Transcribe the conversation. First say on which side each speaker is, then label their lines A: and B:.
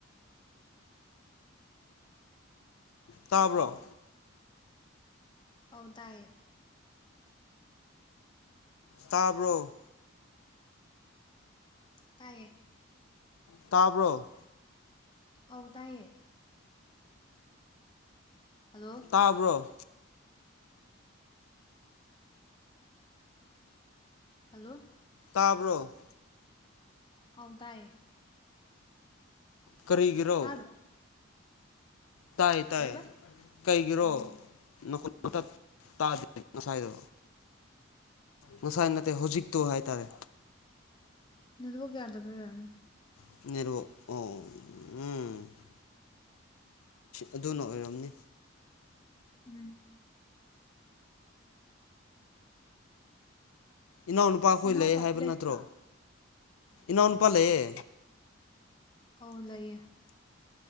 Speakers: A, on the left (about 80°); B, on the left (about 20°).
A: ꯇꯥꯕꯔꯣ
B: ꯑꯥꯎ ꯇꯥꯏꯌꯦ
A: ꯇꯥꯕ꯭ꯔꯣ
B: ꯇꯥꯏꯌꯦ
A: ꯇꯥꯕ꯭ꯔꯣ
B: ꯑꯥꯎ ꯇꯥꯏꯌꯦ ꯍꯜꯂꯣ
A: ꯇꯥꯕꯔꯣ
B: ꯍꯜꯂꯣ
A: ꯇꯥꯕꯔꯣ
B: ꯑꯧ ꯇꯥꯏꯌꯦ
A: ꯀꯔꯤꯒꯤꯅꯣ
B: ꯇꯥꯗ꯭ꯔꯣ
A: ꯇꯥꯏ ꯇꯥꯏ
B: ꯀꯩꯕ
A: ꯀꯩꯒꯤꯔꯣ
B: ꯑꯣ
A: ꯅꯈꯣꯟ ꯄꯪꯇꯠ ꯇꯥꯗꯦ ꯉꯁꯥꯏꯗꯣ ꯉꯁꯥꯏ ꯅꯠꯇꯦ ꯍꯧꯖꯤꯛꯇꯣ ꯍꯥꯏꯇꯥꯔꯦ
B: ꯅꯦꯠ ꯋꯥꯛ ꯌꯥꯗꯕꯥ ꯑꯣꯏꯔꯝꯅꯤ꯫
A: ꯑꯣ ꯎꯝ ꯑꯗꯨꯅ ꯑꯣꯏꯔꯝꯅꯤ
B: ꯎꯝ
A: ꯏꯅꯥꯎꯅꯨꯄꯥ ꯈꯣꯏ
B: ꯅꯅꯥꯎꯄꯥꯗꯤ
A: ꯂꯩꯌꯦ ꯍꯥꯏꯕ
B: ꯂꯩꯇ꯭ꯔꯣ
A: ꯅꯠꯇ꯭ꯔꯣ ꯏꯅꯥꯎꯅꯨꯄꯥ ꯂꯩꯌꯦ
B: ꯑꯧ ꯂꯩꯌꯦ